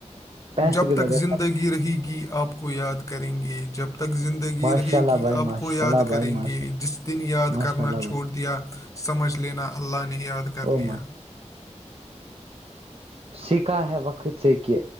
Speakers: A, on the right (about 55°); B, on the left (about 25°).
A: پیسوں
B: جب
A: کے
B: تک
A: بغیر
B: زندگی
A: سب کچھ ہے۔
B: رہے گی آپ کو یاد کریں گے جب تک زندگی
A: ماشاء
B: رہے
A: اللہ
B: گی
A: بھائی
B: آپ
A: ماشاء
B: کو یاد
A: اللہ بھائی
B: کریں
A: ماشاء
B: گے جس دن یاد
A: ماشاء
B: کرنا
A: اللہ
B: چھوڑ
A: بھائی
B: دیا سمجھ لینا اللہ نے یاد کر
A: او
B: لیا
A: ماشاء سیکھا ہے وقت سے کہ